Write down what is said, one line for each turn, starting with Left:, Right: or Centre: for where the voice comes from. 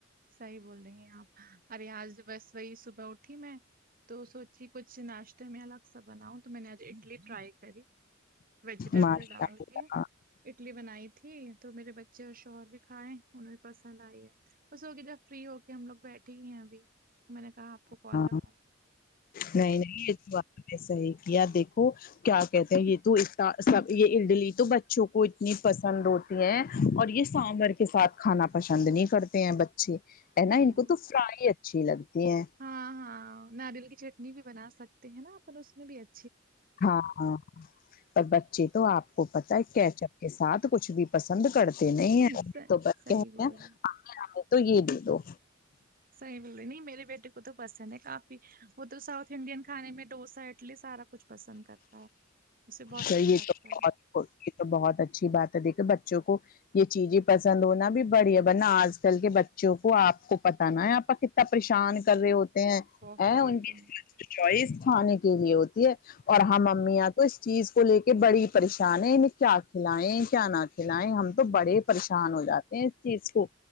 Right: صحیح بول رہی ہیں آپ ارے آج بس وہی صبح اٹھی میں تو سوچی کچھ ناشتے میں الگ سہ بناؤ تو میں نے آج اٹلی ٹرائی کری ویجیٹیبل
Left: ماشاء
Right: ڈال
Left: اللہ
Right: کے اٹلی بنائی تھی تو میرے بچے اور شوہر بھی کھائے انہیں بھی پسند آئی ہے چو کے <unintelligible> ہوکے جب فری ہوکے ہم لوگ بیٹھی ہوئی ہیں ابھی میں نے کہا آپ کو کال
Left: ہاں
Right: لگاو
Left: نہیں نہیں یہ تو آپ نے صحیح کیا دیکھو کیا کہتے ہیں یے تو اتا سب یے اٹلی تو بچوں کو اتنی پسند ہوتی ہیں اور یے سامبر کے ساتھ کھانا پسند نہیں کرتے ہیں بچ اج ہے نا
Right: جی
Left: ان
Right: جی
Left: کو تو فرائی اچھی لگتی ہیں
Right: ہاں ہاں ناریل کی چٹنی بھی بنا سکتے ہیں نا اپن اس میں بھی اج
Left: ہاں ہاں پر بچے تو آپ کو پتا ہے کیچ اپ کے ساتھ کچھ بھی پسند کرتے نہیں ہے
Right: س-
Left: یے تو بچہ
Right: صحیح
Left: ہوتے
Right: بول
Left: ہے
Right: رہی ہیں
Left: <unintelligible> تو یے دے دو
Right: صحیح بول رے نئی میری بیٹی کو تو پسند کا وہ تو ساتھ انڈین کھانے میں ڈوسہ اٹلی سارا کچھ پسند کرتا ہے اسے بہت
Left: تو
Right: اچھا
Left: یہ
Right: لگتا
Left: تو بہت
Right: ہے
Left: یہ تو بہت اچھی بات ہے دیکھے بچوں کو یہ چیزیں پسند ہونا بھی بڑھیا ورنہ آج کل کے بچوں کو آپ کو پتا ہے نہ آپ کتنا پریشان کر رہے ہوتے ہیں
Right: بہت
Left: ان کی <unintelligible> چوائس کھانے کے لیے ہوتی ہے اور ہم امیاں تو اس چیز کو لےکے بڑی پریشان ہے انہیں کیا کھلائے کیا نہ کھلائیں ہم تو بڑے پریشان ہو جاتے ہیں اس چیز کو